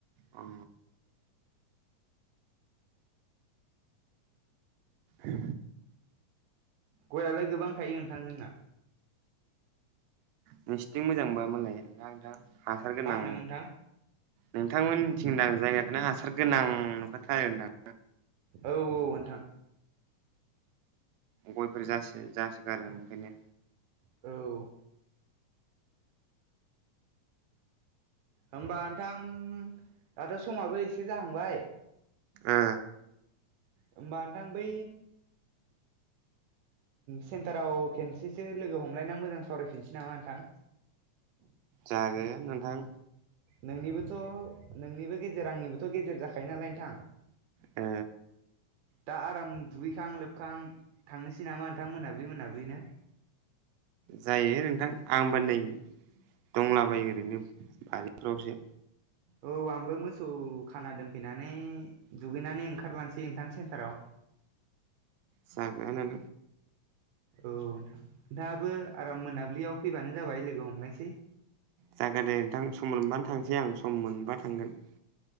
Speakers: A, on the right; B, on the right.
A: औ ए
B: गयलाय गोबां थायो नोंथां जोंना
A: नोंसिोरथिं मोजांबा मालाय दांथां हासार गोनां
B: मा होनदों नोंथां
A: नोंथांमोन मिथिंदां जायगाखौनो हासार गोनां नुखाथारो होनदां
B: औ औ नोंथां
A: गयफोर जासो जासोगारो ओंखायनो
B: औ होमबा नोंथां दाथ' समाबो एसे जाहांबाय
A: ओ
B: होमबा नोंथां बै सेन्टाराव खनसेसो लोगो हमलायना मोजां सावरायफिनसै नामा नोंथां
A: जागे नोंथां
B: नोंनिबोथ' नोंनिबो गेजेर आंनिबोथ' गेजेर जाखायो नालाय नोंथां
A: ओ
B: दा आराम दुगैखां लोबखां थांनोसै नामा नोंथां मोनाब्लि मोनाब्लिनो
A: जायो नोंथां आंबो नै दंलाबायो ओरैनो बारिफ्रावसो
B: औ आंबो मोसौ खाना दोनफैनानै दुगैनानै ओंखारलांसै नोंथां सेन्टाराव
A: जागोन
B: औ नोंथां नोंथाङाबो आराम मोनाबिलियाव फैबानो जाबाय लोगो हमलायसै
A: जागोन दे नोंथां सम मोनबानो थांसै आं सम मोनबा थांगोन